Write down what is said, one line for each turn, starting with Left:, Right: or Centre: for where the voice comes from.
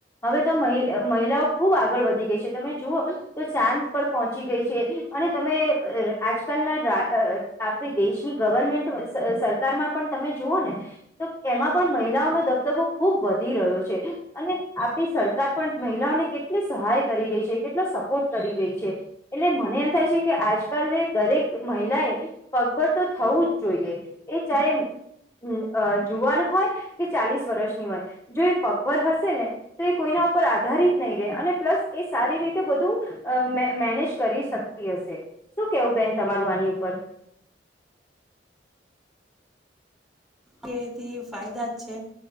Left: હવે તો મહિ-મહિલાઓ ખુબ આગળ વધી ગઈ છે તમે જુઓ તો ચાંદ પર પહોંચી ગઈ છે. અને તમે આજકાલના રા-અ-આપણી દેશની ગવર્મેન્ટ સ-સર કારમા પણ તમે જુઓ ને તો એમાં પણ મહિલાઓનો દબ દબો ખુબ વધી રહ્યો છે અને આપડી સરકાર પણ મહિલાઓને કેટલી સહાય કરી રહી છે કેટલો સપ પોર્ટ કરી રહી છે એટલે મને એમ થાય છે કે આજકાલ દરેક મહિલા એ પગભર તો થવું જ જોઈએ એ ચાહે હમ્મ અ જુવાનું હોય કે ચાલીસ વર્ષની હોય જો એ પગભર હશે ને તો એ કોઈના ઉપર આધારિત નહીં રે અને પ્લસ એ સારી રીતે બધું અમ્મ મે-મેનેજ કરી શકતી હશે શું કેવું બેન તમારું આની ઉપર.
Centre: કેથી ફાયદા જ છે.